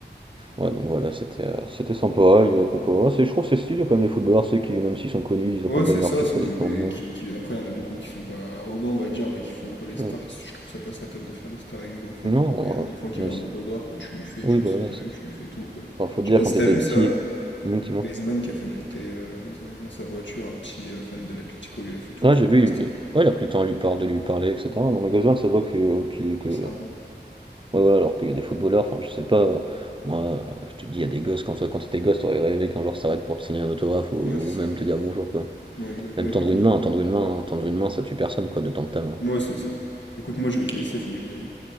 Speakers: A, on the right (about 30°); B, on the left (about 85°).
A: Ouais, donc voilà, c'était euh, c'était sympa. Il y a Compora. C'est, je trouve que c'est stylé comme les footballeurs, c'est qui, même s'ils sont connus, ils
B: Ouais,
A: accompagnent
B: c'est ça,
A: leur fils
B: c'est...
A: à des
B: Mais
A: tournois.
B: qui... qui- après, il y en a beaucoup qui sont pas arrogants, on va dire, mais qui font un peu les stars.
A: Mm.
B: Et je trouve ça pas ça top de faire les stars avec des enfants,
A: Non,
B: quoi. Et un
A: euh,
B: enfant qui
A: même
B: veut un
A: si.
B: autographe, bah, tu lui fais,
A: Oui,
B: tu lui
A: bah
B: signes
A: voilà, ça.
B: tu lui fais tout, quoi.
A: Enfin, faut te
B: Je
A: dire,
B: sais pas
A: quand
B: si
A: t'étais
B: t'as vu
A: petit.
B: ça, euh,
A: Non, dis-moi.
B: Griezmann qui a fait monter euh, dans sa... dans sa voiture un petit euh, fan de l'Atlético, il lui a fait tout
A: Ouais,
B: le tour
A: j'ai vu,
B: des vestiaires
A: il, il-
B: et tout.
A: ouais, il a pris le temps de lui, par- de lui parler, etc. Dans le magasin ça se voit que, euh, qu'il-
B: Ouais,
A: que,
B: c'est un bon.
A: Ouais, voilà, alors qu'il y a des footballeurs, enfin, je sais pas, euh, moi, euh, je te dis, il y a des gosses, quand, toi, quand t'étais gosse, t'aurais rêvé qu'un joueur s'arrête pour te signer un autographe ou,
B: Ouais, c'est
A: ou même
B: ça.
A: te dire bonjour, quoi.
B: Ouais, exact.
A: Même
B: Bah écoute...
A: tendre une main, hein, tendre une main,
B: ouais,
A: hein, tendre une main, ça tue personne, quoi, de tendre ta main.
B: Moi, c'est ça. Écoute, moi, je vais te laisser, faut que j'y aille.